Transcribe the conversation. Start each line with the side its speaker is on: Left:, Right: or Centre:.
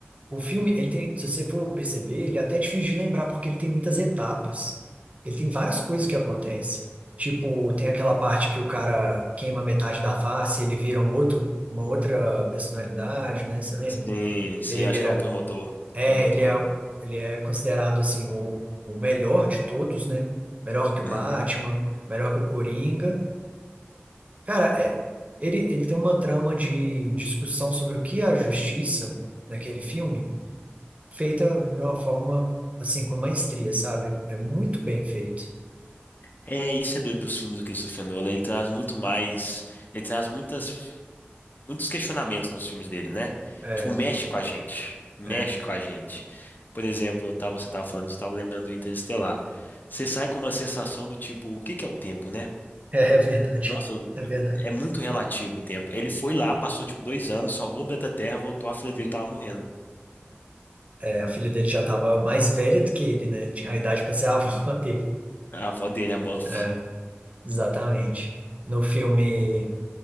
Right: O filme, ele tem, se você for perceber, ele é até difícil de lembrar, porque ele tem muitas etapas. Ele tem várias coisas que acontecem. Tipo, tem aquela parte que o cara queima metade da face, ele vira um outro, uma outra personalidade, né? Você lembra?
Left: Sim, sim,
Right: Ele
Left: acho
Right: vira.
Left: que é o promotor.
Right: É,
Left: O promotor
Right: ele é, o-
Left: lá.
Right: ele é considerado, assim, o, o melhor de todos, né? Melhor que o Batman,
Left: Uhum.
Right: melhor que o Coringa. Cara, é, ele, ele tem uma trama de discussão sobre o que é a justiça naquele filme feita de uma forma assim com maestria, sabe? É muito bem feito.
Left: É, isso é doido dos filmes do Christopher Nolan. Ele traz muito mais. Ele traz muitas. muitos questionamentos nos filmes dele, né?
Right: É,
Left: Tipo, mexe com a gente. Mexe
Right: é,
Left: com a gente. Por exemplo, eu tava- você tava falando isso, eu tava lembrando do Interestelar. Você sai com uma sensação do tipo, o que que é o tempo, né?
Right: <laughs> é verdade.
Left: Nossa,
Right: É verdade.
Left: é muito relativo o tempo. Ele foi lá, passou tipo dois anos, salvou o planeta Terra, voltou, a filha dele tava morrendo.
Right: É, a filha dele já estava mais velha do que ele, né? Tinha a idade para ser a <laughs> avó dele.
Left: A avó dele, a Murphy.
Right: É, exatamente. No filme,